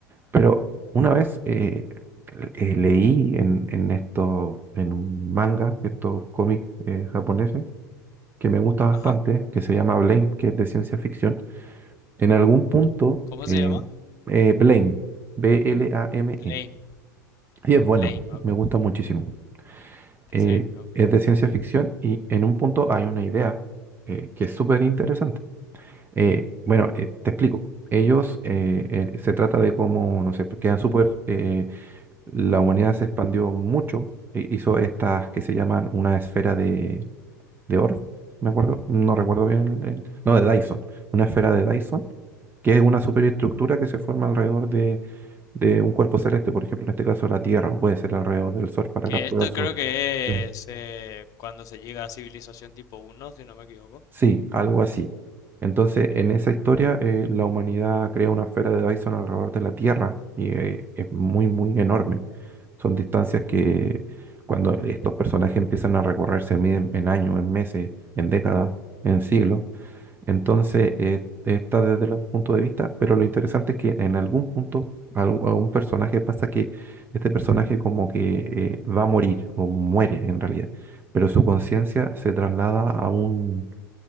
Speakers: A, on the right; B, on the left.
A: Pero una vez eh, eh, leí en, en esto, en un manga, de estos cómics eh, japoneses, que me gusta bastante,
B: Ajá.
A: que se llama Blame, que es de ciencia ficción. En algún punto,
B: ¿Cómo
A: eh,
B: se llama?
A: eh, Blame, B-L-A-M-E.
B: Blame.
A: Y es bueno,
B: Blame, ok,
A: me gusta muchísimo
B: que
A: eh,
B: se- ok.
A: es de ciencia ficción y en un punto hay una idea eh, que es súper interesante. Eh, bueno, eh, te explico. Ellos, eh, eh, se trata de cómo, no sé, pues, quedan súper, eh, la humanidad se expandió mucho, e- hizo estas que se llaman una esfera de, de Orff, me acuerdo, no recuerdo bien, el- el- no, de Dyson, una esfera de Dyson, que es una superestructura que se forma alrededor de, de un cuerpo celeste, por ejemplo, en este caso la Tierra, o puede ser alrededor del Sol para
B: Que
A: capturar
B: esto
A: su...
B: creo que
A: sí.
B: es eh, cuando se llega a civilización tipo uno, si no me equivoco.
A: Sí, algo así. Entonces, en esa historia, eh, la humanidad crea una esfera de Dyson alrededor de la Tierra y eh, es muy, muy enorme. Son distancias que cuando estos personajes empiezan a recorrer se miden en años, en meses, en décadas, en siglos. Entonces, eh, está desde el punto de vista, pero lo interesante es que en algún punto al- a un personaje pasa que este personaje como que eh, va a morir o muere en realidad, pero su conciencia se traslada a un